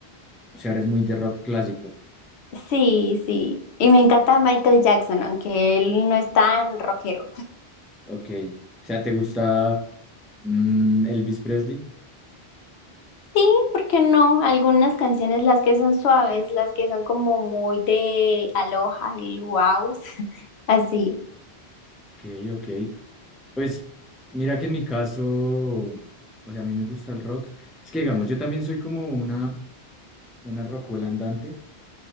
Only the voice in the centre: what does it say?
o sea, eres muy de rock clásico,
ok. O sea, ¿te gusta mm, Elvis Presley?
Ok, ok. Pues mira que en mi caso, o sea, a mí me gusta el rock. Es que digamos, yo también soy como una, una rockola andante.